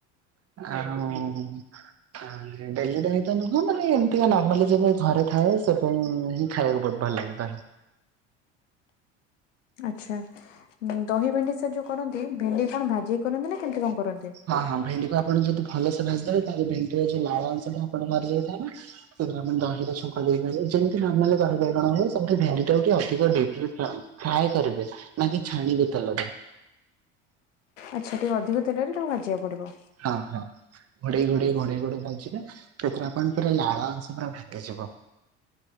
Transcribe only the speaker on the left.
ଆଛା ଦହି ଭେଣ୍ଡି ସାର୍ ଯୋଉ କରନ୍ତି ଭେଣ୍ଡିକି କଣ ଭାଜିିକି କରନ୍ତି ନା କେମିତି କଣ କରନ୍ତି?
ଆଚ୍ଛା ଟିକେଏ ଅଧିକ ତେଲାରେ ତାକୁ ଭାଜିବାକୁ ପଡ଼ିବ।